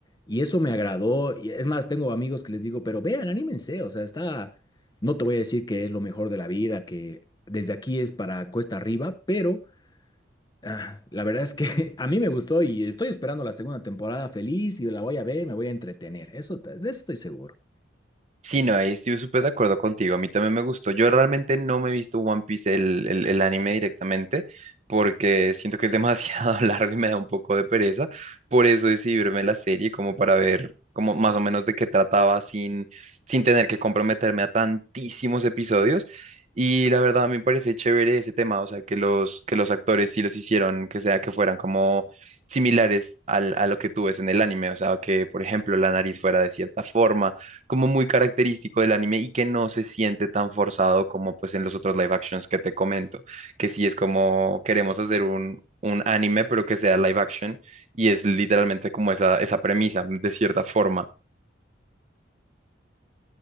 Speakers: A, on the left; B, on the right.
A: y eso me agradó. y es más, tengo amigos que les digo, pero vean, anímense, o sea, está, no te voy a decir que es lo mejor de la vida, que desde aquí es para cuesta arriba, pero... ah, La verdad es que <laughs> a mí me gustó y estoy esperando la segunda temporada feliz y la voy a ver, me voy a entretener. Eso, te- de eso estoy seguro.
B: Sí, no, ahí estoy súper de acuerdo contigo. A mí también me gustó. Yo realmente no me he visto One Piece, el, el- el anime directamente, porque siento que es demasiado <laughs> largo y me da un poco de pereza. Por eso decidí verme la serie como para ver como más o menos de qué trataba sin, sin tener que comprometerme a tantísimos episodios. Y la verdad, a mí me parece chévere ese tema, o sea, que los, que los actores sí los hicieron, que sea que fueran como similares al- a lo que tú ves en el anime, o sea, que por ejemplo la nariz fuera de cierta forma como muy característico del anime y que no se siente tan forzado como pues en los otros live actions que te comento, que sí es como queremos hacer un, un anime pero que sea live action y es literalmente como esa, esa premisa de cierta forma.